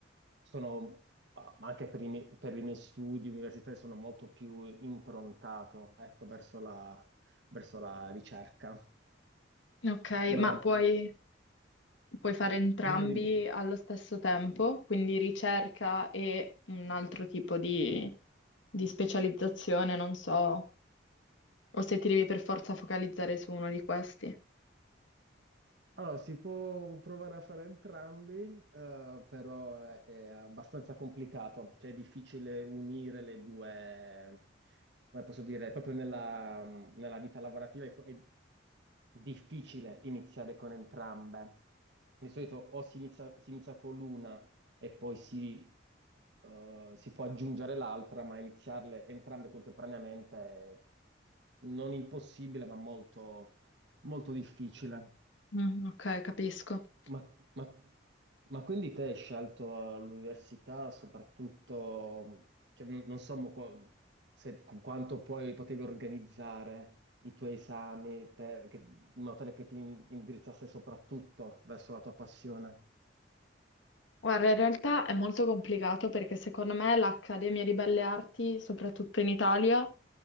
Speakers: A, on the right (about 65°); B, on the left (about 80°).
A: sono, ma anche per i, miei per i miei studi universitari sono molto più improntato, ecco, verso la verso la ricerca.
B: Ok,
A: Ma
B: ma puoi... puoi fare entrambi
A: Dimmi, dimmi.
B: allo stesso tempo, quindi ricerca e un altro tipo di, di specializzazione, non so, o se ti devi per forza focalizzare su uno di questi.
A: Allora, si può provare a fare entrambi, eh, però è, è abbastanza complicato, cioè è difficile unire le due, come posso dire, proprio nella, nella vita lavorativa è, è difficile iniziare con entrambe. Di solito o si inizia, si inizia con l'una e poi si, eh, si può aggiungere l'altra, ma iniziarle entrambe contemporaneamente è non impossibile, ma molto molto difficile.
B: Mm, ok, capisco.
A: Ma, ma- ma quindi te hai scelto all'università soprattutto, cioè, non, non so mo qua- se, con quanto poi potevi organizzare i tuoi esami per- che- in modo tale che ti indirizzasse soprattutto verso la tua passione.
B: Guarda, in realtà è molto complicato perché secondo me l'Accademia di Belle Arti, soprattutto in Italia,